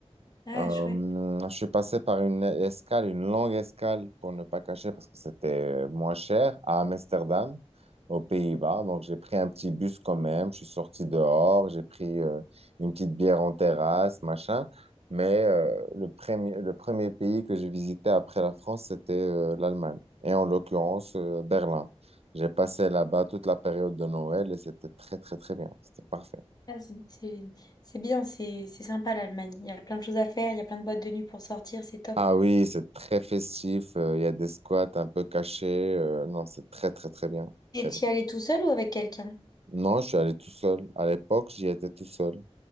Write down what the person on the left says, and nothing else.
Ah,
chouette.
Ah, c'est c'est- c'est bien, c'est c'est sympa l'Allemagne. Il y a plein de choses à faire, il y a plein de boîtes de nuit pour sortir, c'est top.
Et
t'y
allais tout seul ou avec quelqu'un?